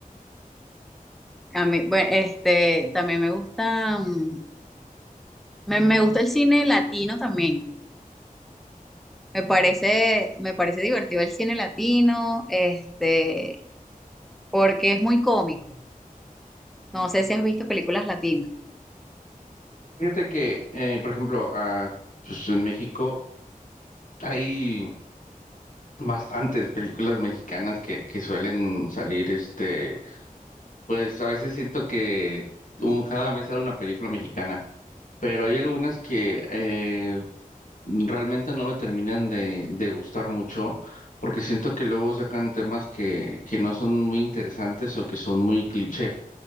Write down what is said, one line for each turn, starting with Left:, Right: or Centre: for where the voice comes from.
Centre: a mí, bueno, este, también me gusta, mm, me, me gusta el cine latino también. Me parece, me parece divertido el cine latino, este, porque es muy cómico. No sé si has visto películas latinas.
Left: Fíjate que, eh, por ejemplo, ah, pues en México. Hay bastantes películas mexicanas que, que suelen salir, este, pues a veces siento que un- cada mes sale una película mexicana, pero hay algunas que eh, realmente no me terminan de, de gustar mucho, porque siento que luego sacan temas que, que no son muy interesantes o que son muy cliché.